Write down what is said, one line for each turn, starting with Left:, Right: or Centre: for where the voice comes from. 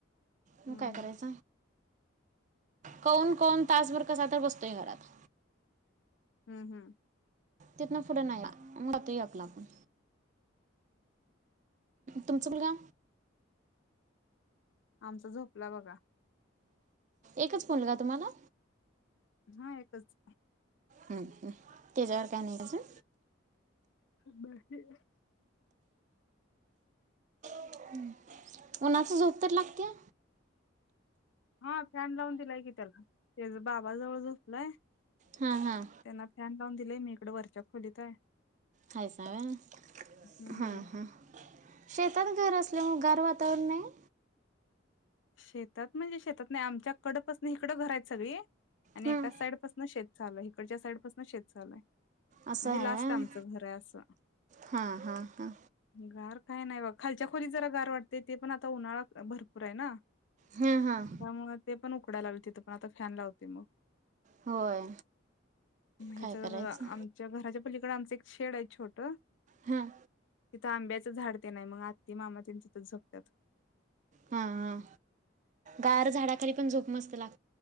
Right: मग
Left: हम्म
Right: काय करायच.
Left: हम्म
Right: कोौन कोौन तासभर कसा तर बसतोय घरात.
Left: हम्म हम्म
Right: तिथन पुढ नाय जातय आपला आपण तुमचा मुलगा
Left: आमचा झोपला बघा.
Right: एकच मुलगा तुम्हाला.
Left: हा एकच
Right: हुं हुं तेच्यावर काय नाही का अजून
Left: बाकी
Right: <unintelligible> उन्हाच झोप तर लागतेया
Left: हा फॅन लावून दिलाय की त्याला त्याज बाबा जवळ झोपलाय
Right: हां हां
Left: त्यांना फॅन लावून दिलय मी कड वरच्या खोलीत हाय.
Right: हायसा व्हय
Left: हम्म
Right: हां हां शेतात घर असल म गार वातावरण नाय.
Left: शेतात म्हणजे शेतात नाय आमच्याकडपासन हीकडं घर आहेत सगळी आणि
Right: हं,
Left: एका साईड पासन शेत चालू हाय इकडच्या साईड पासन शेत चालू हाय
Right: असं
Left: म्हणजे
Right: आहे
Left: लास्ट आमचं
Right: व्हय.
Left: घर आहे असं
Right: हां हां हां
Left: गार काय नाय बघ खालच्या खोलीत जरा गार वाटतय ते पण आता उन्हाळा भरपूर आहे ना
Right: हां हां
Left: त्यामुळ ते पण उकडायला लागलं तिथ पण आता फॅन लाव ते मं
Right: होय
Left: मं हेचा
Right: काय करायचं
Left: आमच्या घराच्या पलीकड आमच एक शेड हाय छोटं
Right: हां
Left: तिथं आंब्याचं झाड ते नाय मग आत्ती मामा तेन तिथच झोपत्यात.
Right: हा हा गार झाडाखाली पण झोप मस्त लाग